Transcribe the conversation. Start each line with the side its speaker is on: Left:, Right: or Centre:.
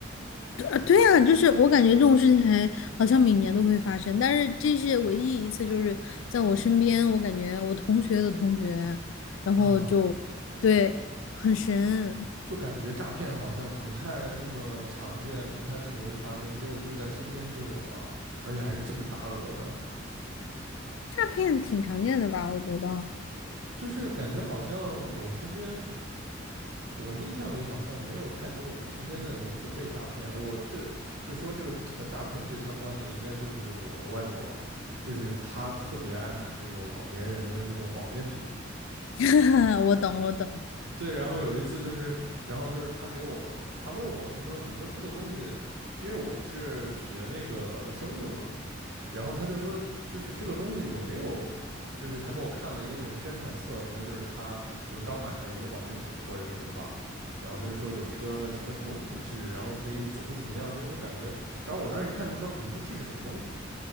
Left: 啊，对啊，就是我感觉这种事情还好像每年都会发生，但是这是唯一一次，就是在我身边，我感觉我同学的同学，然后就对，
Right: 啊！
Left: 很神，
Right: 就感觉诈骗好像不太那么常见，不太那么容易发生，结果就是在身边就有啊，而且还是这么大额的，
Left: 诈骗挺常见的吧？我觉得，
Right: 就是感觉好像我身边，我印象里好像没有太多我身边的人说被诈骗。我这就说这个和诈骗最相关的，应该就是我外婆，就是她特别爱买那种老年人的那种保健品。
Left: <laughs> 我懂，我懂，
Right: 对，然后有一次就是，然后就是他给我，他问我，就说你说这个东西，因为我是学那个生物的嘛，然后他就说，就是这个东西有没有，就是他给我看了一个那种宣传册，应该就是他就是刚买的一个保健品或者什么的吧，然后他就说有一个什么什么物质，然后可以怎么怎么样，就那种感觉，然后我当时一看就说，嗯，这是什么东西啊？